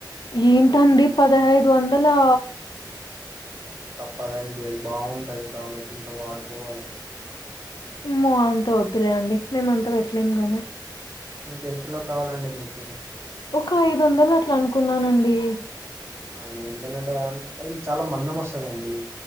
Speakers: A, on the left (about 65°); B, on the right (about 35°).
A: ఏంటండి పదహైదు వందలా
B: తప్పదండి అది బాగుంటది కాబట్టి ఇంక వాడుకోవాలి.
A: అమ్మో అంత వద్దులే అండి మేమ్ అంత పెట్ట్లేము గాని.
B: ఇంకెంతలో కావాలండి మీకి.
A: ఒక ఐదు వందలు అట్లా అనుకున్నానండి.
B: ఐదు వందలంటే అం చాలా మందం వస్తదండీ.